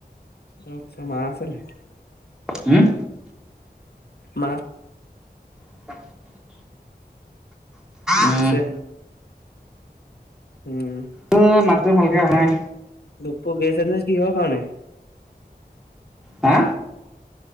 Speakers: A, on the left; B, in the centre.
A: আচ্ছা মা আছে নাই?
B: হম।
A: মা
B: <inaudible> উম।
A: আছে উম
B: অ', মা টো ভালকে অহা নাই।
A: ভোকপুৰ গেছ এজেঞ্চি কিহৰ কাৰণে?
B: হা।